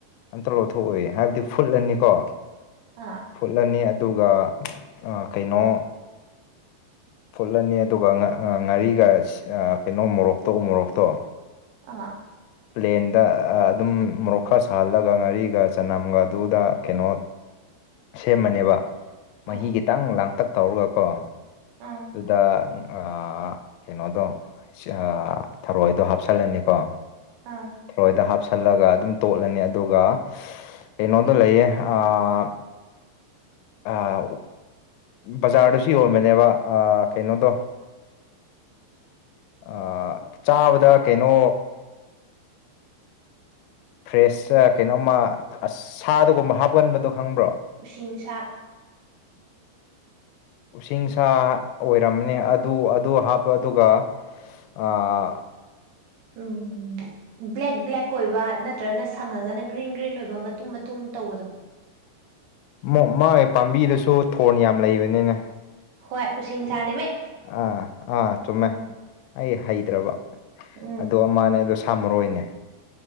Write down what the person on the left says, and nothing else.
ꯑꯝꯇ ꯂꯧꯊꯣꯛꯑꯣꯏꯌꯦ ꯍꯥꯏꯕꯗꯤ ꯐꯨꯠꯂꯅꯤꯀꯣ
ꯐꯨꯠꯂꯅꯤ ꯑꯗꯨꯒ ꯑꯥ ꯀꯩꯅꯣ ꯐꯨꯠꯂꯅꯤ ꯑꯗꯨꯒ ꯉꯥ ꯉꯥꯔꯤꯒ ꯑꯁ ꯑꯥ ꯀꯩꯅꯣ ꯃꯣꯔꯣꯛꯇꯣ ꯎ ꯃꯣꯔꯣꯛꯇꯣ
ꯄ꯭ꯂꯦꯟꯗ ꯑꯗꯨꯝ ꯃꯣꯔꯣꯛ ꯈꯔ ꯁꯥꯍꯜꯂꯒ ꯉꯥꯔꯤꯒ ꯆꯅꯝꯒ ꯑꯗꯨꯗ ꯀꯩꯅꯣ ꯁꯦꯝꯃꯅꯦꯕ ꯃꯍꯤ
ꯈꯤꯇꯪ ꯂꯥꯡꯇꯛ ꯇꯧꯔꯒꯀꯣ
ꯑꯗꯨꯗ ꯑꯥ ꯀꯩꯅꯣꯗꯣ ꯑꯥ ꯊꯔꯣꯏꯗꯣ ꯍꯥꯞꯆꯜꯂꯅꯦꯀꯣ
ꯊꯔꯣꯏꯗꯣ ꯍꯥꯞꯁꯜꯂꯒ ꯑꯗꯨꯝ ꯇꯣꯠꯂꯅꯤ ꯑꯗꯨꯒ <unintelligible> ꯀꯩꯅꯣꯗꯣ ꯂꯩꯌꯦ ꯑꯥ ꯑꯥ ꯕꯖꯥꯔꯗꯁꯨ ꯌꯣꯟꯕꯅꯦꯕ ꯑꯥ ꯀꯩꯅꯣꯗꯣ ꯑꯥ ꯆꯥꯕꯗ ꯀꯩꯅꯣ ꯐ꯭ꯔꯦꯁꯂ ꯀꯩꯅꯣꯝꯃ ꯑꯁ ꯁꯥꯗꯒꯨꯝꯕ ꯍꯥꯞꯀꯟꯕꯗꯣ ꯈꯪꯕ꯭ꯔꯣ
ꯎꯁꯤꯡꯁꯥ ꯑꯣꯏꯔꯝꯅꯤ ꯑꯗꯨ ꯑꯗꯨ ꯍꯥꯞꯄ ꯑꯗꯨꯒ ꯑꯥ
ꯃꯥ ꯃꯥꯒꯤ ꯄꯥꯝꯕꯤꯗꯨꯁꯨ ꯊꯣꯔꯟ ꯌꯥꯝ ꯂꯩꯕꯅꯤꯅꯦ
ꯑꯥ ꯑꯥ ꯆꯨꯝꯃꯦ
ꯑꯩ ꯍꯩꯇ꯭ꯔꯕ
ꯑꯗꯨ ꯑꯃꯅꯦ ꯑꯗꯨ ꯁꯥꯃꯔꯣꯏꯅꯦ